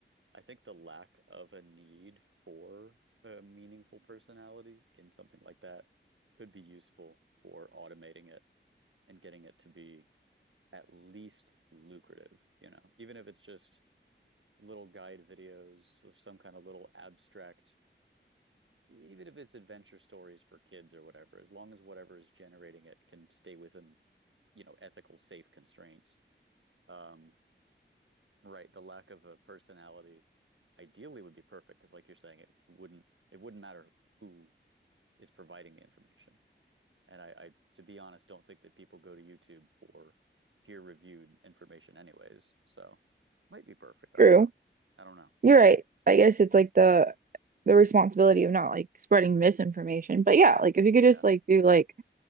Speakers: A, on the right (about 70°); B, on the right (about 40°).
A: I think the lack of a need for a meaningful personality in something like that could be useful for automating it and getting it to be at least lucrative, you know, even if it's just little guide videos of some kind of little abstract E-, even if it's adventure stories for kids or whatever, as long as whatever is generating it can stay within, you know, ethical, safe constraints. Um, right. The lack of a personality ideally would be perfect because, like you're saying, it you wouldn't it wouldn't matter who is providing the information. And I, I, to be honest, don't think that people go to YouTube for peer-reviewed information, anyways. So might be perfect. I
B: true.
A: don't know. I don't know.
B: You're right. I guess it's like the the responsibility of not like spreading misinformation. But yeah, like if you
A: Yeah.
B: could just like do like